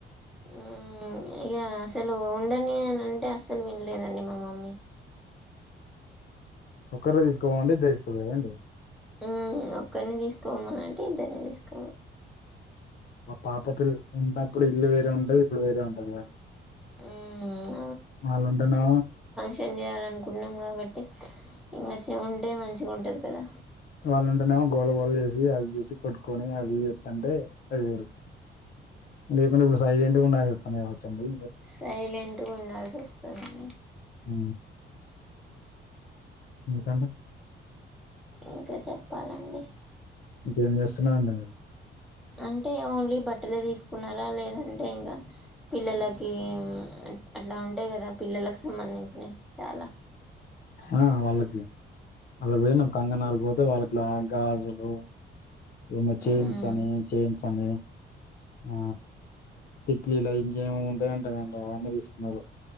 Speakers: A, in the centre; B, on the left.
A: హుమ్ ఇగ అసలు ఉండనియను అంటే అసలు వినలేదండి మా మమ్మీ
B: ఒకరు తీసుకోమంటే తే తీసుకుపోదండి
A: ఉ ఒక్కరిని తీసుకోవమా అంటే ఇద్దరిని తీసుకోమ
B: మా పాప పిల్ల ఉన్నప్పుడు ఇల్లు వేరే ఉంటది ఇప్పుడు వేరే ఉంటది
A: మ్మ్
B: మాలంటన్నా
A: షం చేయాలనుకుంటున్నాం కాబట్టి ఇంకాచ్చ ఉంటే మంచిగా ఉంటుంది కదా
B: వాళ్ళు ఉంటేనేమో గోల గోళ చేసి అది చేసి కొట్టుకొని అది చెస్తంటే అది లేకుంటే ఇప్పుడు సైడ్ ఏంట కూడాస్తన్నా కావచ్చండి
A: సైలెంట్గా ఉండాల్సి వస్తుంది
B: హ ఇంకా అండి
A: ఇంకా చెప్పాలండి
B: ఇంకేం చేస్తున్నారాండి మీరు
A: అంటే ఓన్లీ బట్టలు తీసుకున్నారా లేదంటే ఇంకా పిల్లలకి అట్లా ఉంటాయి కదా పిల్లకి సంబంధించినవి చాలా
B: ఆ వాళ్ళకి అలా పోయి న కంగనాలు పోతే వాళ్ళకి పలా గాజులు ఏమో చైన్స్
A: మ్మ్.
B: అని చైన్స్ అని ఆ టిక్లీలా ఇంకేమో ఉంటాయంటాండి అవన్నీ తీసుకున్నారు